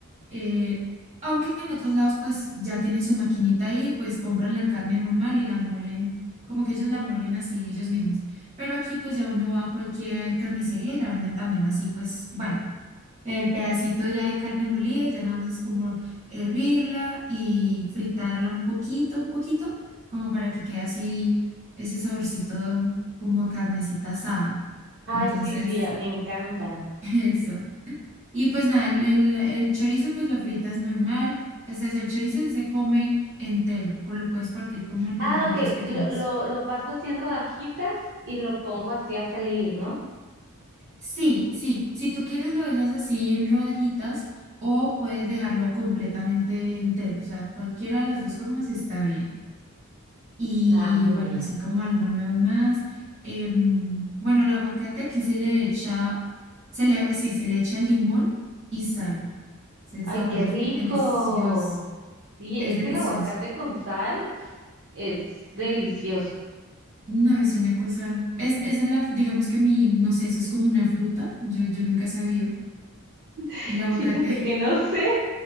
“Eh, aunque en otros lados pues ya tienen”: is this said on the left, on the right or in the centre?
Right